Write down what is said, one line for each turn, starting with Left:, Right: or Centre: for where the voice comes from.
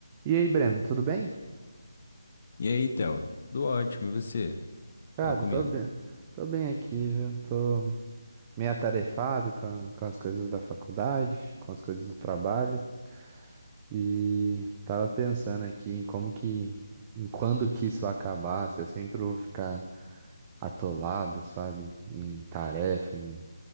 Right: E aí, Breno, tudo bem?
Left: E aí, Telo? Tudo ótimo, e você?
Right: Cara,
Left: Fala comigo.
Right: tô bem, tô bem aqui, viu? Tô meio atarefado com, a- com as coisas da faculdade, com as coisas do trabalho e tava pensando aqui em como que, em quando que isso vai acabar, se eu sempre vou ficar atolado, sabe? Em tarefa, em,